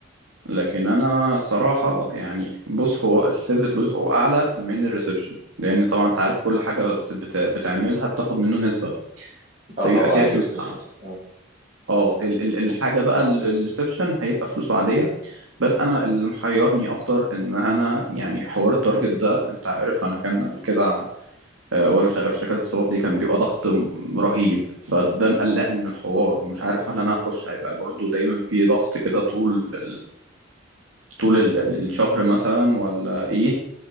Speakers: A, on the right; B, on the right.
A: لكن انا صراحه يعني بص هو السيلز فلوسه اعلى من الريسبشن لان طبعا انت عارف كل حاجه بت- بت- بتعملها بتاخد منه نسبه فبيبقى
B: اه طبعا
A: فيها فلوس
B: كده كده
A: اعلى
B: اه
A: اه ال- ال- الحاجه بقى ال- الريسبشن هيبقى فلوسه عاديه بس انا اللي محيرني اكتر ان انا يعني حوار التارجت ده انت عارف انا كان قبل كده آه، وانا شغال في شركات الاتصالات دي كان بيبقى ضغط م- رهيب فده مقلقني من الحوار ومش عارف هل انا هخش هيبقى برضو دايما في ضغط كده طول طول ال- ال- الشهر مثلا ولا ايه